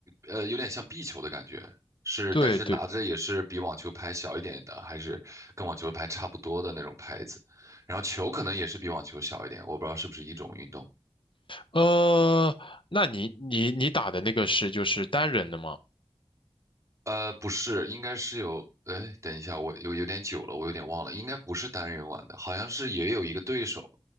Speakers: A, on the right; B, on the left.
A: 呃，有点像壁球的感觉，是，
B: 对对，
A: 但是拿着也是比网球拍小一点的，还是跟网球拍差不多的那种拍子，然后球可能也是比网球小一点，我不知道是不是一种运动。
B: 呃，那你你你打的那个是就是单人的吗？
A: 呃，不是，应该是有，哎，等一下，我有有点久了，我有点忘了，应该不是单人玩的，好像是也有一个对手，